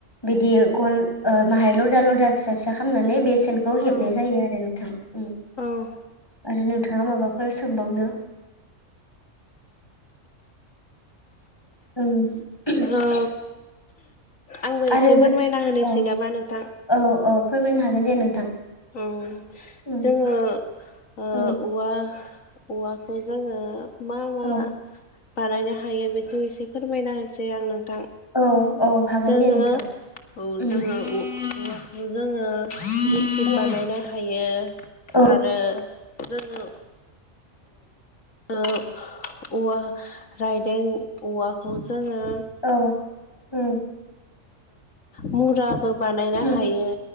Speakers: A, on the left; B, on the left.
A: बिदि गन ओ माहाय लदा लदा फिसा फिसा खालामामनानै बे सेनखौ
B: उम
A: हेबनाय जायो आरो नोंथां उम
B: उम
A: आरो नोंथाङा माबाफोर सोंबावनो उम <inaudible>
B: ओ आंबो
A: आरो
B: एसे फोरमायना होनोसै
A: औ
B: नामा नोंथां
A: औ औ फोरमायनो हागोन हागोन दे नोंथां
B: उम
A: उम
B: जोङो ओ
A: उम
B: औवा औवाखौ जोङो मा मा
A: औ
B: बानायनो हायो बेखौ एसे फोरमायना होनोसै आं नों थां
A: औ औ हागोन
B: जोङो
A: दे नोंथां
B: औ
A: उम
B: जोङो जोङो बिस्कुट
A: उम उम
B: बानायनो हायो
A: औ
B: आरो जोङो औ औवा रायदों औवाखौ जोङो
A: औ उम
B: मुराबो बानायनो
A: उम
B: हायो